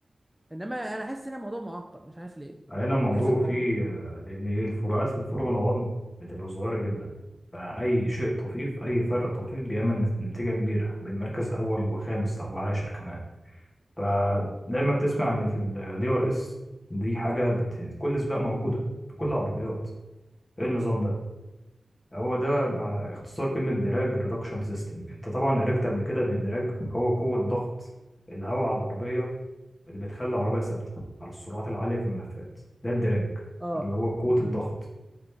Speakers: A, in the centre; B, on the left.
A: انما انا حاسس ان الموضوع معقد مش عارف ليه
B: هنا الموضوع
A: حاسس القوانين
B: فيه آه، لان ايه الفروقات في الفورمولا 1 بتبقى صغيرة جدا فأي شيء طفيف أي فرق طفيف بيعمل نت- نتيجة كبيرة بين مركز أول وخامس أو عاشر كمان فدايما تسمع إن في الدي ار اس دي حاجة بت... كل سباق موجودة في كل العربيات ايه النظام ده هو ده مع
A: امم
B: اختصار كلمة دراج ريدكشن سيستم انت طبعا عرفت قبل كده ان الدراج هو قوة ضغط الهواء على العربية اللي بتخلي العربية ثابتة على السرعات العالية في الملفات ده الدراج
A: اه
B: اللي هو قوة الضغط
A: امم